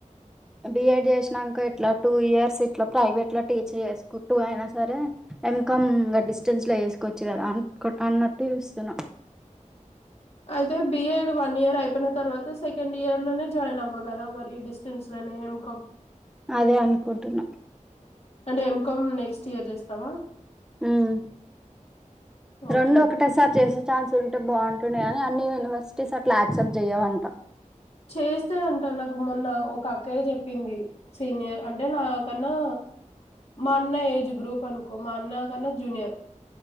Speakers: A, in the centre; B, on the left (about 50°).
A: బి ఎడ్ చేస్నంక ఇట్లా టూ ఇయర్స్ ఇట్లా ప్రైవేట్ల టీచ్ చేస్కుంటూ అయినా సరే ఎం కంమ్ డిస్టెన్సల చేస్కోవచ్చు కదా అ అన్నట్టు చూస్తున్నా
B: అయితే బి ఎడ్ వన్ ఇయర్ అయిపోయిన తర్వాత సెకండ్ ఇయర్ లోనే జాయిన్ అవ్వ గదా మరి డిస్టెన్సలనే ఎం కామ్.
A: అదే అన్కుంటున్నా
B: అంటే ఎం కామ్ నెక్స్ట్ ఇయర్ చేస్తావా
A: మ్మ్
B: ఓకే
A: రెండు ఒకటేసారి
B: ఓకే
A: చేసే ఛాన్స్ ఉంటే బాగుంటుండె గానీ అన్ని యూనివర్సిటీస్ అట్ల యాక్సెప్ట్ జెయ్యవంట
B: చేస్తయంటా నాకు మొన్న ఒక అక్కయ్య జెప్పింది సీనియర్ అంటే నా కన్నా మా అన్న ఏజ్ గ్రూప్ అన్కో మా అన్న కన్నా జూనియర్